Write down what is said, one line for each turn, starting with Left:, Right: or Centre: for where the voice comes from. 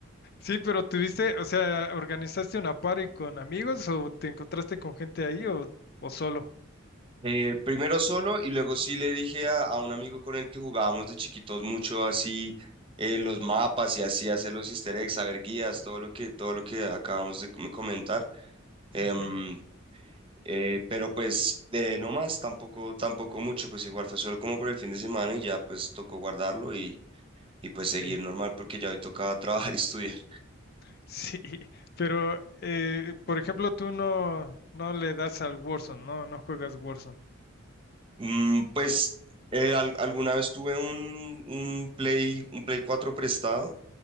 Left: Sí, pero tuviste, o sea, ¿organizaste una party con amigos o te encontraste con gente ahí o, o solo?
Right: Eh, primero solo y luego sí le dije a, a un amigo con el que jugábamos de chiquitos mucho así eh, los mapas y así hacer los easter eggs, saber guías, todo lo que, todo lo que acabamos de com- comentar. Em,
Left: Ujú.
Right: eh, pero pues eh, no más, tampoco, tampoco mucho, pues igual fue solo como por el fin de semana y ya pues tocó guardarlo y, y pues
Left: Sí,
Right: seguir normal porque ya hoy toca <laughs> trabajar y estudiar.
Left: <laughs> sí, pero eh, por ejemplo, tú no, no le das al Warzone, no, no juegas Warzone.
Right: Mm, pues eh, al- alguna vez tuve un, un Play, un Play 4 prestado